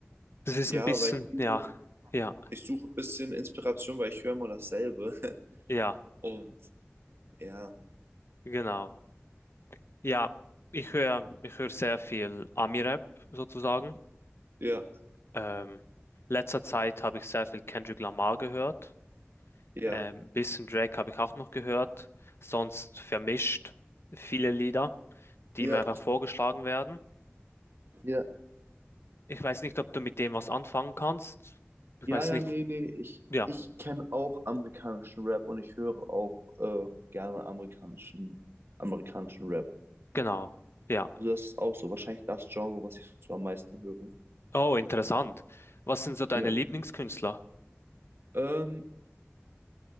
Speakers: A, on the left; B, on the right.
A: Das ist
B: Ja,
A: ein bisschen,
B: weil ich suche,
A: ja, ja,
B: ich suche ein bisschen Inspiration, weil ich höre immer dasselbe. <laughs>
A: ja,
B: Und ja.
A: genau. Ja, ich höre, ich höre sehr viel Ami-Rap sozusagen.
B: Ja,
A: Ähm, letzter Zeit habe ich sehr viel Kendrick Lamar gehört.
B: ja.
A: Ähm, bisschen Drake habe ich auch noch gehört. Sonst vermischt viele Lieder, die
B: Ja,
A: mir einfach vorgeschlagen werden.
B: ja,
A: Ich weiß nicht, ob du mit dem was anfangen kannst. Ich
B: ja,
A: weiß
B: ja,
A: nicht.
B: nee, nee. Ich,
A: Ja,
B: ich kenne auch amerikanischen Rap und ich höre auch äh, gerne amerikanischen, amerikanischen Rap.
A: genau. Ja.
B: Also das ist auch so wahrscheinlich das Genre, was ich so am meisten höre.
A: Oh, interessant. Was sind so deine
B: Ja.
A: Lieblingskünstler?
B: Ähm,